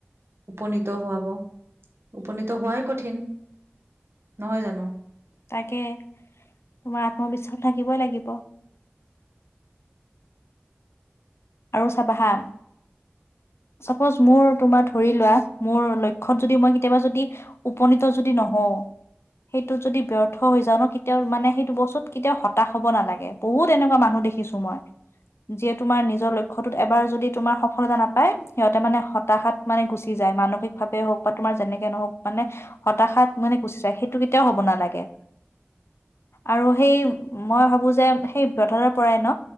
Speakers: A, on the right; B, on the left.
A: উপনীত হোৱাব উপনীত হোৱাই কঠিন। নহয় জানো?
B: তাকে তোমাৰ আত্মবিশ্বাস থাকিবই লাগিব। আৰু চাবা হা চাপোজ মোৰ তোমাৰ ধৰি লোৱা মোৰ লক্ষ্যত যদি মই কেতিয়াবা যদি উপনীত যদি নহ হও। সেইটোত যদি ব্যৰ্থ হৈ যাও ন কেতিয়াও মানে সেইটো বস্তুত কেতিয়াও হতাশ হব নালাগে বহুত এনেকুৱা মানুহ দেখিছো মই যিয়ে তোমাৰ নিজৰ লক্ষ্যটোত এবাৰ যদি তোমাৰ সফলতা নাথাকে পাই সিহঁতে মানে হতাশাত মানে গুচি যায় মানসিক ভাৱে হওক বা তোমাৰ যেনেকে নহওক মানে হতাশাত শাত মানে গুছি যায় সেইটো কেতিয়াও হ'ব নালাগে। আৰু সেই মই ভাবো যে সেই ব্যৰ্থতাৰ পৰাই ন